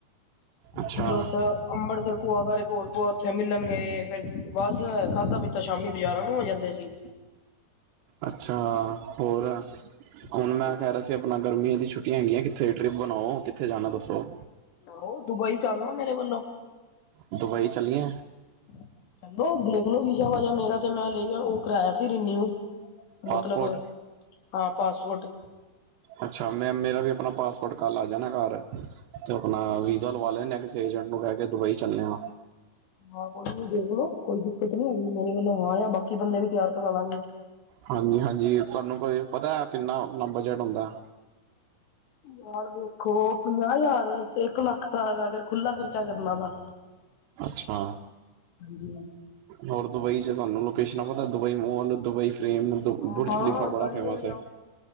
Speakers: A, on the right (about 85°); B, on the left (about 80°).
A: ਅੱਛਾ
B: ਫ ਓਥੇ ਅੰਬਰਸਰ ਭੂਆ ਕਰ ਹੋਰ ਭੂਆ ਓਥੇ ਮਿਲਣ ਗਏ, ਫੇਰ ਬਸ ਖਾਦਾ ਪੀਤਾ ਸ਼ਾਮੀ ਬਾਜਾਰਾਂ ਨੂੰ ਹੋ ਜਾਨੇ ਅਸੀ
A: ਅੱਛਾ ਹੋਰ, ਹੁਣ
B: ਸੁਣਾਓ
A: ਮੈ ਕੈ ਰਿਹਾ ਸੀ, ਆਪਣਾ ਗਰਮੀਆਂ ਦੀ ਛੁੱਟੀ ਹੈਗੀਆਂ, ਕਿਥੇ ਟ੍ਰਿਪ ਬਣਾਓ, ਕਿਥੇ ਜਾਣਾ ਦੱਸੋ?
B: ਹੋ, ਦੁਬਈ ਚੱਲਲੋ, ਮੇਰੇ ਵਲੋ
A: ਦੁਬਈ ਚਲੀਏ
B: ਚਲੋ, ਨਿਕਲੋ ਵੀਜਾ-ਵਾਜਾ ਮੇਰਾ ਤੇ ਮੈ ਓ ਕਰਾਇਆ ਸੀ, ਰੀਨਿਊ
A: ਪਾਸਪੋਰਟ
B: ਮਤਲਬ ਹਾਂ, ਪਾਸਪੋਟ
A: ਅੱਛਾ, ਮੈ ਮੇਰਾ ਵੀ ਆਪਣਾ ਪਾਸਪੋਰਟ ਕੱਲ ਆ ਜਾਣਾ ਘਰ ਤੇ ਆਪਣਾ ਵੀਜਾ ਲਵਾ ਲੈਣੇ ਆ, ਕਿਸੇ ਏਜੰਟ ਨੂੰ ਕੈ ਕੇ ਦੁਬਈ ਚੱਲਣੇਆ
B: ਹਾਂ, ਕੋਈ ਨੀ ਦੇਖਲੋ ਕੋਈ ਦਿਕਤ ਨੀ ਹੈਗੀ, ਮੇਰੇ ਵੱਲੋ ਹਾਂ ਆ, ਬਾਕੀ ਬੰਦੇ ਵੀ ਤਿਆਰ ਕਰਾਲਾਗੇ
A: ਹਾਂਜੀ-ਹਾਂਜੀ, ਤੁਆਨੂੰ ਕੋਈ ਪਤਾ ਐ ਕਿਨਾ ਬਜਟ ਹੁੰਦਾ?
B: ਯਾਰ ਦੇਖੋ, ਪੰਜਾਂਹ ਹਜਾਰ, ਇੱਕ ਲੱਖ ਦਾ ਅਗਰ ਖੁੱਲਾ ਖਰਚਾ ਕਰਨਾ ਤਾਂ
A: ਅੱਛਾ।
B: ਹਾਂਜੀ।
A: ਹੋਰ ਦੁਬਈ 'ਚ ਤੁਆਨੂੰ ਲੋਕੇਸ਼ਨਾਂ ਪਤਾ, Dubai mall Dubai frame,
B: ਹਾਂ
A: Burj Khalifa ਬੜਾ
B: ਸਾਰੀ
A: ਫੇਮਸ
B: ਜਗ੍ਹਾ
A: ਐ।